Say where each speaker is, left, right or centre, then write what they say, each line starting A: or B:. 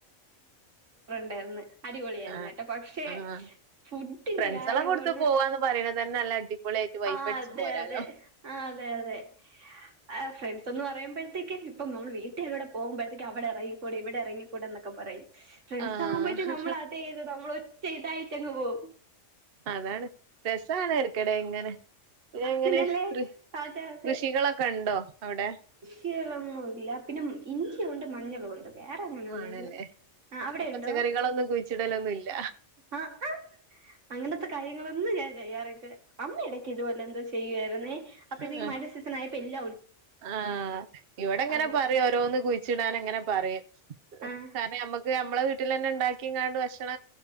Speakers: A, on the right (about 80°); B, on the right (about 55°).
A: ണ്ടേര്ന്ന്. അടിപൊളിയായിരുന്നു
B: ആഹ്
A: കെട്ടോ പക്ഷെ
B: ആഹ്
A: ഫുഡിന്റെ
B: ഫ്രണ്ട്സെളെ
A: കാര്യവാന്ന്
B: കൂടത്ത് പോവാന്ന് പറയ്ണത് തന്നെ നല്ല അടിപൊളിയായിട്ട് വൈബടിച്ച്
A: ആഹ് അതെ
B: പോരാലോ
A: അതെ ആഹ് അതെ അതെ ആഹ് ഫ്രണ്ട്സ് ഒന്ന് പറയുമ്പഴത്തേക് ഇപ്പ നമ്മൾ വീട്ടിലൂടെ പോകുമ്പഴത്തേക്ക് അവിടെ എറയിക്കൂടെ ഇവിടെ ഇറങ്ങിക്കൂടെ എന്നൊക്കെ പറയും. ഫ്രണ്ട്സ്
B: ആഹ്
A: ആകുമ്പോഴത്തേ നമ്മൾ അതെ ഇത് നമ്മള ഒറ്റ ഇതായി തന്ന പോവും.
B: അതാണ് രസാണ് എട്ക്കടെ ഇങ്ങനെ. പിന്നെ എങ്ങനെ
A: പിന്നല്ലേ
B: കൃ
A: അതെ അതെ
B: കൃഷികളൊക്കെ ഉണ്ടോ? അവിടെ.
A: കൃഷികളൊന്നുല്ല. പിന്നെ ഇഞ്ചി ഉണ്ട് മഞ്ഞളു ഉണ്ട്. വേറെങ്ങനെയൊന്നുല്ല.
B: ആണല്ലേ
A: ആഹ് അവിടെ
B: പച്ചക്കറികളൊന്നും
A: ഉണ്ടോ?
B: കുഴിച്ചിടലൊന്നും ഇല്ല
A: അ ആഹ് അങ്ങനത്തെ കാര്യങ്ങളൊന്നും ഞാൻ ചെയ്യാറില്ല. അമ്മയിടക്ക് ഇതുപോലെ എന്തോ ചെയ്യുവാര് അപ്പഴത്തേക്ക്
B: ആഹ്
A: മഴന്റെ സീസൺ ആയപ്പ എല്ല
B: ആഹ് ഇവിടെ ഇങ്ങനെ
A: അങ്ങനെ
B: പറയും ഓരോന്ന് കുഴിച്ചിടാൻ എങ്ങനെ പറയും.
A: ആഹ്
B: കാരണം ഞമ്മക്ക് ഞമ്മളെ വീട്ടിലന്നെ ഉണ്ടാക്കിങ്ങാണ്ട് ഭക്ഷണ